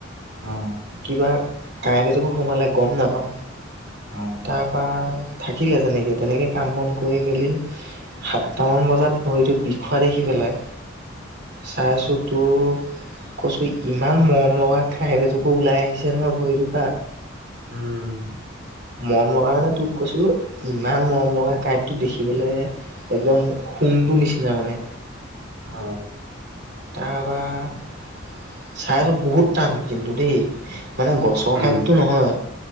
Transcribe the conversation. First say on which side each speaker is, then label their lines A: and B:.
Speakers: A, on the right; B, on the right.
A: অ
B: কিবা কাঁইট এডোখৰ সোমালে গম নাপাওঁ।
A: অ
B: তাৰপৰা থাকিলে তেনেকৈ তেনেকৈ কাম বন কৰি মেলি সাতটামান বজাত ভৰিটো বিষোৱা দেখি পেলাই, চাই আছো তো কৈছোঁ ইমান মৰম লগা <unintelligible> ওলাই আহিছে নহয় ভৰিটোৰ পৰা
A: উম।
B: মৰম লগা মানে তোক কৈছো, ইমান মৰম লগাই কাঁইটো দেখিবলৈ একদম সুডুৰ নিচিনা মানে।
A: হ
B: তাৰপৰা চাই আছো বহুত টান কিন্তু দেই, মানে গছ
A: উম
B: কাইটো নহয়,